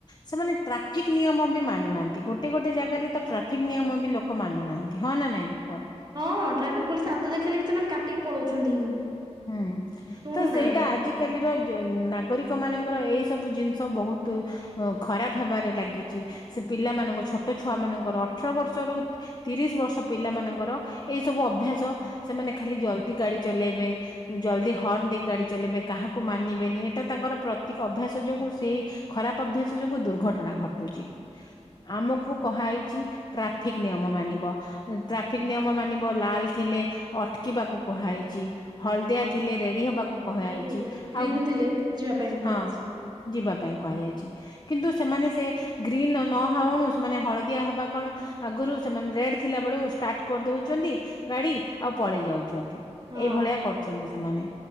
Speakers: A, on the left; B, on the right.
A: ସେମାନେ ଟ୍ରାଫିକ ନିୟମ ବି ମାନୁନାହାଁନ୍ତି। ଗୋଟେ ଗୋଟେ ଜାଗାରେ ତ ଟ୍ରାଫିକ ନିୟମ ବି ଲୋ କ ମାନୁ ନାହାଁନ୍ତି। ହଁ ନା ନାଇଁ କୁହ?
B: ହଁ, ଟ୍ରାଫିକ ପୋଲିସ ହାତ ଦେଖେଇଲେ ବି ସେମାନେ କାଟିକି ପଳଉଛନ୍ତି।
A: ହୁଁ।
B: ଶୁଣୁନାହାନ୍ତି।
A: ତ ସେଇଟା ଆଜିକ୍ ଆଜିକାଲିର ଯେ ନାଗରିକମାନଙ୍କର ଏଇ ସବୁ ଜିନିଷ ବହୁତୁ ଅ ଖରାପ ହେବାରେ ଲାଗିଚି, ସେ ପିଲାମାନଙ୍କୁ ଛୋଟ ଛୁଆମାନଙ୍କର ଅଠର ବର୍ଷରୁ ତିରିଶ ବର୍ଷ ପିଲାମାନଙ୍କର ଏଇ ସବୁ ଅଭ୍ୟାସ ସ, ସେମାନେ ଖାଲି ଜଲଦି ଗାଡି ଚଲେଇବେ, ଜଲଦି ହର୍ଣ୍ଣ ଦେଇ ଗାଡି ଚଲେଇବେ କାହାକୁ ମାନିବେନି, ଏଇଟା ତାଙ୍କର ପ୍ରତୀକ ଅଭ୍ୟାସ ଯୋଗୁ ସେଇ ଖରାପ ଅଭ୍ୟାସ ଯୋଗୁ ଦୁର୍ଘଟ ଘଟଣା ଘଟୁଚି, ଆମକୁ କହାହେଇଛି ଟ୍ରାଫିକ ନିୟମ ମାନିବ। ଟ୍ରାଫିକ ନିୟମ ମାନିବ, ଲାଲ ଥିଲେ ଅଟକିବାକୁ କୁହାହେଇଛି। ହଳଦିଆ ଥିଲେ ରେଡି ହବାକୁ କହାହେଇଛି,
B: ଏଇଠି ଗ୍ରୀନ୍
A: ଆଉ
B: ଥିଲେ ଯିବା ପାଇଁ କୁହାଯାଇଛି
A: ହଁ। ଯିବା ପାଇଁ କୁହାଯାଇଛି। କିନ୍ତୁ ସେମାନେ ସେ ଗ୍ରୀନ ନ-ନହଉଣୁ ସେମାନେ ହଳଦିଆ ହବା କଣ ଆଗୁରୁ ସେମାନେ ରେଡ ଥିଲା ବେଳୁ ଷ୍ଟାର୍ଟ କରିଦଉଚନ୍ତି ଗାଡି ଆଉ ପଳେଇ ଯାଉଛନ୍ତି।
B: ହଁ।
A: ଏଇଭଳିଆ କରୁଛନ୍ତି ସେମାନେ।